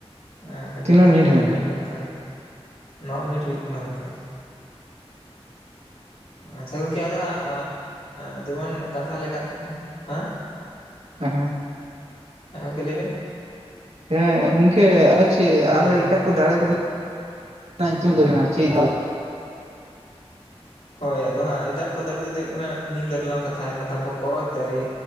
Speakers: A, on the left; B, on the right.
A: ᱦᱮᱸ ᱠᱟᱹᱴᱤᱡ
B: ᱛᱤᱱᱟᱹᱜ
A: ᱞᱟᱝ
B: ᱢᱤᱱᱤᱴ
A: ᱠᱟᱛᱷᱟ
B: ᱦᱩᱭᱱᱟ
A: ᱞᱮᱱ ᱜᱮ ᱚᱱᱠᱟ ᱜᱮ ᱱᱚ ᱢᱤᱱᱤᱴ ᱦᱩᱭᱩᱜ ᱠᱟᱱᱟ ᱜᱚᱝᱠᱮ। ᱟᱪᱪᱷᱟ ᱜᱚᱝᱠᱮ ᱟᱫᱚ ᱦᱟᱸᱜ ᱡᱮᱢᱚᱱ ᱠᱟᱛᱷᱟ ᱞᱮᱠᱟ ᱛᱮᱫᱚ ᱦᱮᱸ
B: ᱦᱮᱸ ᱦᱮᱸ
A: ᱟᱢ ᱜᱚᱝᱠᱮ ᱞᱟᱹᱭ ᱢᱮ?
B: ᱦᱮᱸ ᱜᱚᱝᱠᱮ ᱟᱪᱪᱮ ᱟᱨ
A: ᱦᱮᱞᱳ
B: ᱮᱴᱟᱜ ᱫᱟᱲᱮ ᱠᱚᱫᱚ ᱧᱩᱛᱩᱢ <inaudible> ᱢᱮᱱᱟᱜᱼᱟ ᱪᱮᱫ
A: ᱦᱳᱭ ᱟᱫᱚ ᱦᱟᱸᱜ ᱮᱴᱟᱜ ᱠᱚ ᱫᱟᱨᱮ ᱛᱮᱫᱚ ᱦᱩᱭᱩᱜ ᱠᱟᱱᱟ ᱱᱤᱢ ᱫᱟᱨᱮ, ᱞᱟᱝ ᱠᱟᱛᱷᱟ ᱭᱮᱱᱟ ᱛᱟᱨᱯᱚᱨ ᱠᱚᱨᱚᱪ ᱫᱟᱨᱮ,